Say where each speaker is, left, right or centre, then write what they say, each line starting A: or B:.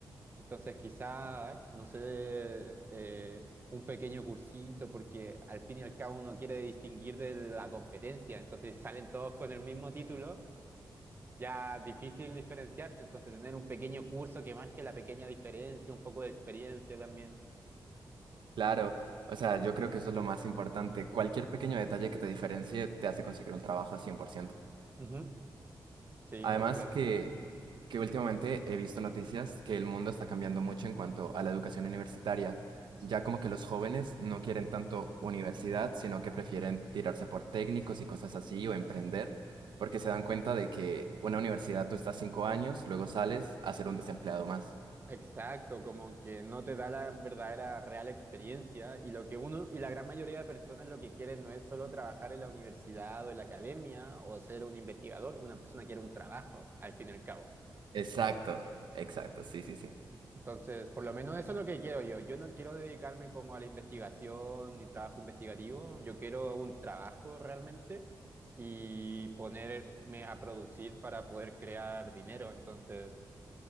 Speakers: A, on the right; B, on the right.
A: Entonces, quizá, no sé, eh, un pequeño cursito, porque al fin y al cabo uno quiere distinguir de la competencia. Entonces, si salen todos con el mismo título, ya es difícil diferenciarse. Entonces, tener un pequeño curso que marque la pequeña diferencia, un poco de experiencia también.
B: Claro, o sea, yo creo que eso es lo más importante. Cualquier pequeño detalle que te diferencie te hace conseguir un trabajo cien por ciento
A: Ujú. Sí,
B: Además
A: completamente.
B: que, que últimamente he visto noticias que el mundo está cambiando mucho en cuanto a la educación universitaria. Ya como que los jóvenes no quieren tanto universidad, sino que
A: Ujú.
B: prefieren tirarse por técnicos y cosas así o emprender, porque se dan cuenta de que una universidad tú estás cinco años, luego sales a ser un desempleado más.
A: Exacto, como que no te da la verdadera real experiencia y lo que uno y la gran mayoría de personas lo que quieren no es solo trabajar en la universidad o en la academia o ser un investigador, una persona quiere un trabajo al fin y al cabo.
B: Exacto, exacto, sí, sí, sí.
A: Entonces, por lo menos eso es lo que quiero yo. Yo no quiero dedicarme como a la investigación ni trabajo investigativo, yo quiero un trabajo realmente y ponerme a producir para poder crear dinero. Entonces,